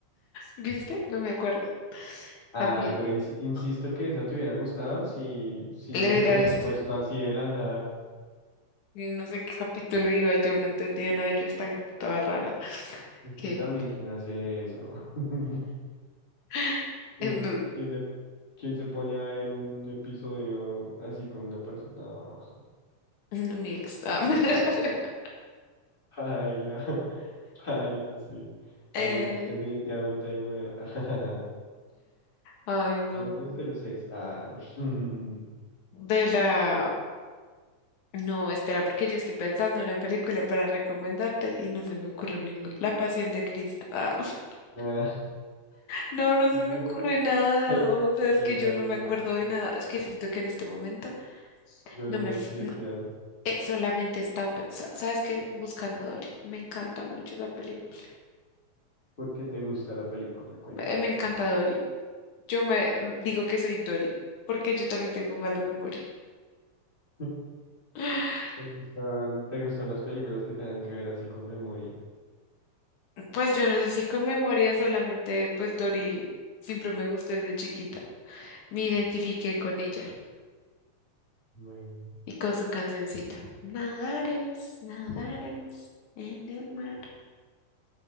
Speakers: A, on the left; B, on the left.
A: ¿Viste? No me acuerdo.
B: Ah,
A: También.
B: pero insi- insisto
A: Ah,
B: que esa te hubiera gustado si, si
A: Era
B: no te la hubieran
A: esta.
B: puesto así de la nada.
A: Y no sé qué capítulo iba, yo no entendía nada de yo, esta gente toda rara.
B: Es
A: Que.
B: que también, ¿quién hace eso? <laughs>
A: <laughs>
B: ¿Quién,
A: em,
B: quién le, quién se pone a ver un episodio así con una persona? No,
A: <laughs> Mi ex. ah, <laughs>
B: Baila, <laughs> baila, sí.
A: eh,
B: Ahí, definitivamente ahí no era. <laughs>
A: ay, no.
B: Hablemos de los ex. Ah, <laughs>
A: De la. No, espera, porque yo estoy pensando en una película para recomendarte y no se me ocurre ninguna. La Pasión de Cristo. Ah, <laughs>
B: ah,
A: no, no se me
B: no.
A: ocurre nada.
B: Ay,
A: O sea, es
B: y
A: que
B: yo
A: yo no
B: el,
A: me acuerdo de nada. Es que siento que en este momento
B: yo el
A: no
B: menos
A: me... f-
B: cristiano.
A: no, eh, solamente he estado, pe- sa- ¿sabes qué? Buscando a Dory. Me encanta mucho esa película.
B: ¿Por qué te gusta la película? Cuenta.
A: Me, me encanta Dory. Yo me mm, digo que soy Dory, porque yo también tengo mala memoria.
B: <laughs>
A: <gasps>
B: ¿Te gustan, te gustan las películas que tengan que ver así con memoria?
A: Pues yo no sé si con memoria solamente, pues Dory siempre me gustó desde chiquita. Me identifiqué con ella.
B: Bueno.
A: Y con su cancioncita, nadaremos, nadaremos en el mar.